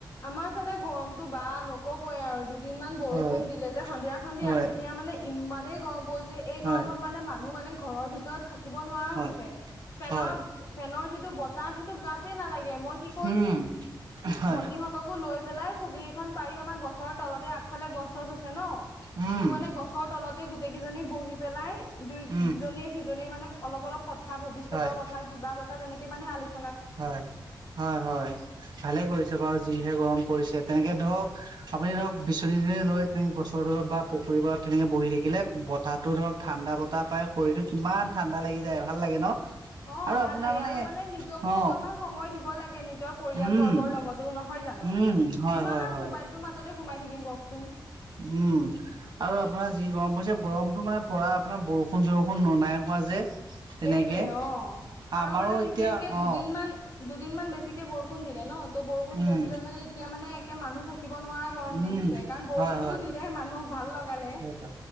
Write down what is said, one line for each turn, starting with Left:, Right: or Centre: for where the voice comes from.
Left: আমাৰ ফালে গৰমতো বা নকবই আৰু দু দিনমান বৰষুণ
Right: হয়
Left: দিলে যে সন্ধিয়া সন্ধিয়া
Right: হয়
Left: এতিয়া মানে ইমানেই গৰম পৰি যে এই
Right: হয়
Left: গৰমত মানে মানুহ মানে ঘৰৰ ভিতৰত থাকিব নোৱাৰা
Right: হয়
Left: হৈছে ফেনৰ
Right: হয়
Left: ফেনৰ যিটো বতাহ সেইটো গাটেই নালাগে মই কি
Right: উম হয়
Left: সিহঁতকো লৈ পেলাই চকীকেইখন পাৰি আমাৰ গছৰ তলতে আগফালে গছ চছ আছে ন
Right: উম
Left: ত' মানে গছৰ তলতে গোটেই কেইজনী বহি পেলাই দুই
Right: উম
Left: ইজনীয়ে সি ধনীৰ মানে অলপ অলপ কথা ভৱিষ্যতৰ
Right: হয়
Left: কথা কিবা কথা তেনেকে মানে আলোচ
Right: হয় হয় হয় ভালে কৰিছে বাৰু যিহে গৰম পৰিছে তেনেকে ধৰক আপুনি ধৰক বিচনী দনে লৈ তেনেক গছৰ দূ বা পুখুৰীবাৰত তেনেকে বহি থাকিলে বতাহতো ধৰক ঠাণ্ডা বতাহ পাই শৰীৰটো কিমান ঠাণ্ডা লাগি যায় ভাল লাগে ন
Left: অ
Right: আৰু
Left: ভাল
Right: আপোনাৰ
Left: লাগে আৰু মানে নিজক কো
Right: অ
Left: অকমান সময় দিব লাগে নিজৰ পৰিয়াল
Right: উম
Left: বৰ্গৰ লগতো নহয় জানো
Right: উম হয়
Left: কিমান
Right: হয়
Left: আৰু
Right: হয়
Left: মোবাইল সেইটো মাজতে সোমাই থাকম কওকচোন
Right: উম আৰু আপোনাৰ যি গৰম পৰিছে গৰমতো মানে পৰা আপোনাৰ বৰষুণ চৰষুণ ননাই হোৱা যে তেনেকে
Left: সেইটোয়ে অ আৰু
Right: আমাৰো
Left: মানে
Right: এতিয়া
Left: বিশেষকে
Right: অ
Left: দুদিন মান দুদিনমান বেছিকে বৰষুণ দিলে ন ত বৰষুণ
Right: উম
Left: দিয়াৰ পিছত মানে এতিয়া মানে একে মানুহ থা- কিব নোৱাৰা গৰম দি
Right: উম
Left: দিছে কাৰণ বৰষুণতো
Right: হয়
Left: দিলে মানুহক ভাল লগালে
Right: হয় হয়